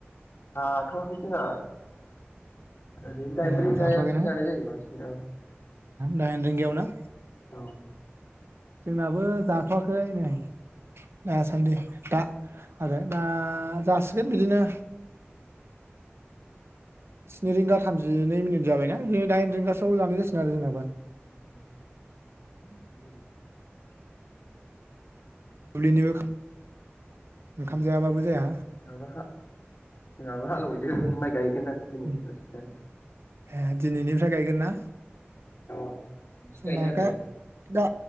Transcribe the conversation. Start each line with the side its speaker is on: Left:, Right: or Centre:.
Left: जाथवााखै जोंहा। ओरैनो दाइन
Right: ए
Left: रिंगायावसो
Right: जाथ'वाखैना
Left: जानाय जायो बांसिन औ।
Right: दाइन रिंगायाव ना?
Left: औ।
Right: जोंनाबो जाथ'वाखै नै। दा सान्दै। दा आरो दा जासिगोन बिदिनो स्नि रिंगा थामजिनै मिनिट जाबायना दाइ रिंगासोआव जानाय जासिगोनो आरो जोंनाबो।
Left: <inaudible>
Right: दुब्लिनिबो ओंखाम जायाबाबो जाया
Left: जोंहाबो जोंहाबो हालेवहैदों
Right: उम
Left: माइ गाय हैगोनना दिनै
Right: उम
Left: दसे <inaudible>
Right: ए दिनैनिफ्राय गायगोन ना?
Left: औ खावसे
Right: जोंना
Left: गायनो नागिरदों
Right: दा दा